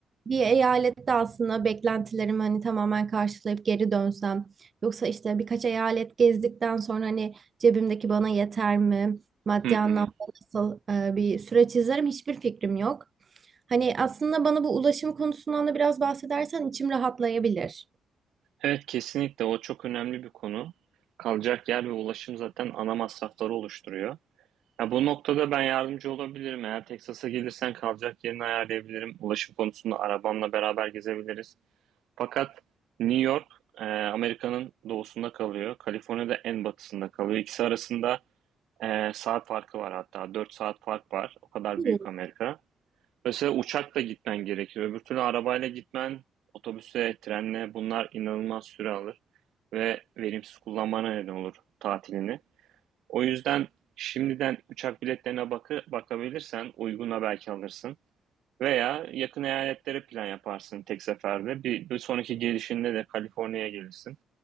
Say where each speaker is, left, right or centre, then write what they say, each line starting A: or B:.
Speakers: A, on the right (about 40°); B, on the right (about 85°).
A: bir eyalette aslında beklentilerimi hani tamamen karşılayıp geri dönsem yoksa işte birkaç eyalet gezdikten sonra hani cebimdeki bana yeter mi? Maddi
B: Hı hı.
A: anlamda nasıl e, bir süreç izlerim hiçbir fikrim yok. Hani aslında bana bu ulaşım konusundan da biraz bahsedersen içim rahatlayabilir.
B: Evet kesinlikle o çok önemli bir konu. Kalacak yer ve ulaşım zaten ana masrafları oluşturuyor. Ya bu noktada ben yardımcı olabilirim. Eğer Texas'a gelirsen kalacak yerini ayarlayabilirim. Ulaşım konusunda arabamla beraber gezebiliriz. Fakat New York e, Amerika'nın doğusunda kalıyor. Kaliforniya'da en batısında kalıyor. İkisi arasında e, saat farkı var hatta. dört saat fark var. O kadar
A: Bu.
B: büyük Amerika. Mesela uçakla gitmen gerekiyor. Öbür türlü arabayla gitmen, otobüse, trenle bunlar inanılmaz süre alır ve verimsiz kullanmana neden olur tatilini. O yüzden şimdiden uçak biletlerine bakı, bakabilirsen uyguna belki alırsın. Veya yakın eyaletlere plan yaparsın tek seferde. Bir, bir sonraki gelişinde de Kaliforniya'ya gelirsin.